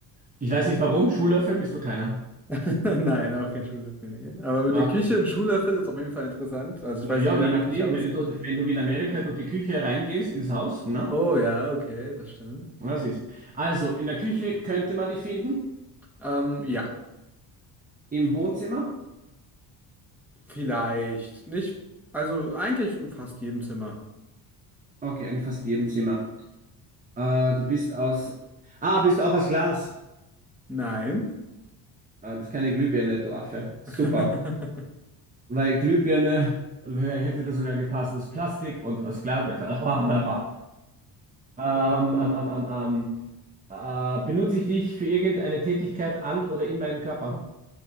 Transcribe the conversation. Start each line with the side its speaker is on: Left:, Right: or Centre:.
Right: Ich weiß nicht warum. Schuhlöffel bist du keiner.
Centre: <laughs> Nein, auch kein Schuhlöffel, nee. Aber mit
Right: Ah,
Centre: der Küche
Right: Okay.
Centre: ein Schuhlöffel ist auf jeden Fall interessant. Also ich
Right: Na
Centre: weiß
Right: ja,
Centre: nicht, wie deine
Right: je nachdem,
Centre: Küche aussieht.
Right: wenn du durch, wenn du wie in Amerika durch die Küche reingehst ins Haus, ne?
Centre: Oh ja, okay, das stimmt.
Right: Was ist? Also, in der Küche könnte man dich finden,
Centre: Ähm, ja,
Right: im Wohnzimmer.
Centre: vielleicht nicht. Also eigentlich in fast jedem Zimmer.
Right: Okay, eigentlich fast in jedem Zimmer. Äh, du bist aus. Ah, bist du auch aus Glas?
Centre: Nein.
Right: Äh, bist keine Glühbirne, du Affe. Super.
Centre: <laughs>
Right: Weil Glühbirne wär- hätte das sogar gepasst aus Plastik und aus Glas. <laughs> Ähm, ähm, ähm, ähm, ähm. Äh, benutze ich dich für irgendeine Tätigkeit an oder in meinem Körper?